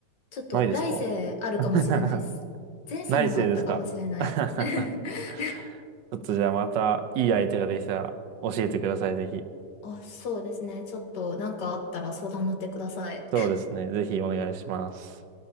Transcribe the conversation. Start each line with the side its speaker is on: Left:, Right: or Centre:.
Left: ちょっと、
Right: ないですか
Left: 来世あるかもしれないです。
Right: <laughs>
Left: 前世にはあったかもしれない。
Right: 来世ですか <laughs>
Left: <laughs>
Right: ちょっとじゃあまたいい相手ができたら教えてください、ぜひ。
Left: あ、そうですね。ちょっと、なんかあったら相談乗ってください。
Right: そうですね。ぜひお願いします。